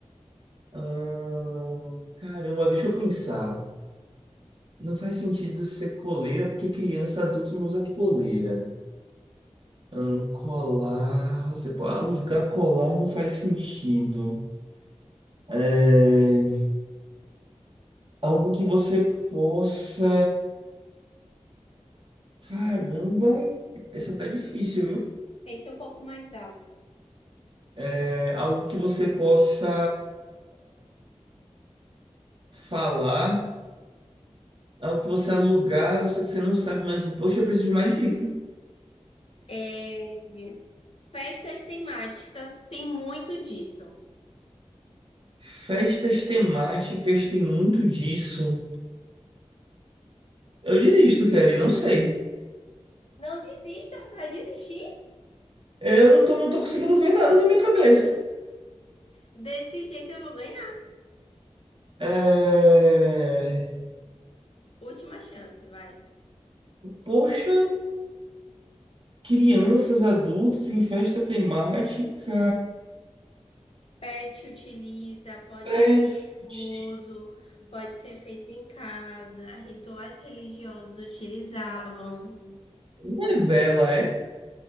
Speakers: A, on the right (about 50°); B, on the left (about 60°).
A: Ah, caramba, deixa eu pensar. Não faz sentido ser coleira porque criança, adulto não usa coleira. Ahn, colar, você pode alugar colar não faz sentido. É, algo que você possa. Caramba, essa tá difícil, viu?
B: Pense um pouco mais alto.
A: É, algo que você possa falar, algo que você alugar, só que você não sabe mais. Poxa, eu preciso de mais dica.
B: É, festas temáticas tem muito disso.
A: Festas temáticas tem muito disso. Eu desisto, Kelly, não sei.
B: Não desista, você vai desistir?
A: Eu não tô, não tô conseguindo ver nada na minha cabeça.
B: Desse jeito eu vou ganhar.
A: É...
B: Última chance, vai.
A: Poxa, crianças, adultos em festa temática.
B: Pet utiliza, pode
A: Festa.
B: ser luxuoso, pode ser feito em casa, rituais religiosos utilizavam.
A: Não é vela, é?